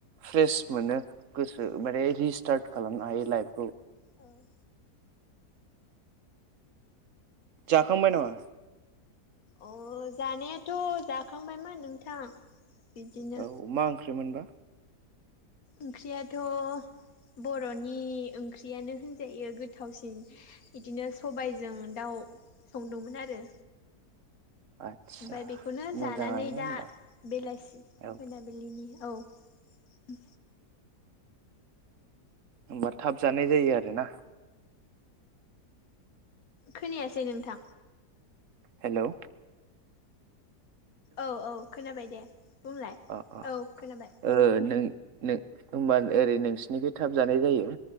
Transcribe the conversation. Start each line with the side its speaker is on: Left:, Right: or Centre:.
Right: फ्रेश मोनो गोसो माने रिस्टार्ट खालामनो हायो लाइफखौ
Left: औ
Right: जाखांबाय नामा
Left: अ जानायाथ' जाखांबायमोन नोंथां बिदिनो
Right: औ मा ओंख्रि मोनबा
Left: ओंख्रियाथ' बर' नि ओंख्रियानो होनजायो गोथावसिन इदिनो सबायजों दाउ संदोंमोन आरो
Right: आदसा
Left: ओमफ्राय बेखौनो
Right: मोजाङानो
Left: जानानै
Right: होमबा
Left: दा बेलासि मोनाबिलिनि
Right: औ
Left: औ बि
Right: होमबा थाब जानाय जायो आरो ना
Left: खोनायासै नोंथां
Right: हेल'
Left: औ औ खोनाबाय दे बुंलाय
Right: अ अ
Left: औ खोनाबाय
Right: ओ नों नो होमबा ओरै नोंसिनिथि थाब जानाय जायो